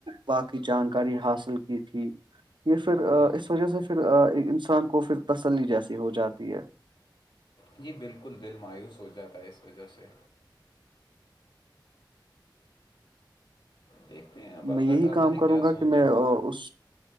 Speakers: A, on the right; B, on the left.
A: باقی جانکاری حاصل کی تھی یہ پھر
B: جی
A: اس
B: جی
A: وجہ سے پھر انسان کو پھر تسلی جیسی ہو جاتی ہے
B: جی بالکل دل مایوس ہو جاتا ہے اس وجہ سے دیکھتے ہیں اب اللہ
A: میں یہی
B: تعالیٰ
A: کام
B: نے
A: کروں
B: کیا
A: گا
B: سوچا
A: کہ میں
B: ہوگا
A: اس